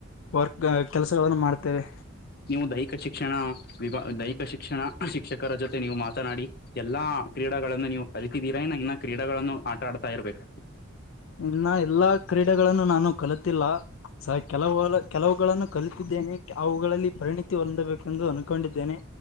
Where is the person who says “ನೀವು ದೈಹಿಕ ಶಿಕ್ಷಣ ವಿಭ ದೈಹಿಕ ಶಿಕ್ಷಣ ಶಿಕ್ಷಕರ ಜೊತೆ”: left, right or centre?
Left